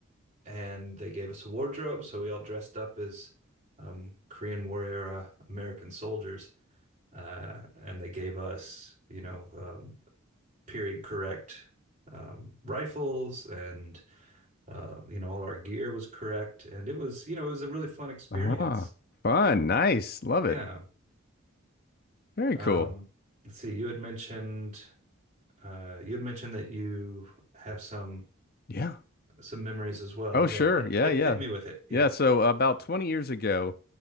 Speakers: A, on the right; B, on the left.
A: and they gave us a wardrobe, so we all dressed up as um, Korean War era American soldiers, uh, and they gave us, you know, um, period correct um, rifles, and uh, you know, all our gear was correct, and it was, you know, it was a really fun experience.
B: Ah, fun, nice, love
A: Yeah.
B: it. Very
A: Um,
B: cool.
A: let's see, you had mentioned uh, you had mentioned that you have some
B: Yeah.
A: some memories as well.
B: Oh, sure.
A: Yeah, hit
B: Yeah,
A: hit
B: yeah.
A: hit me with it. Yeah.
B: Yeah, so about 20 years ago,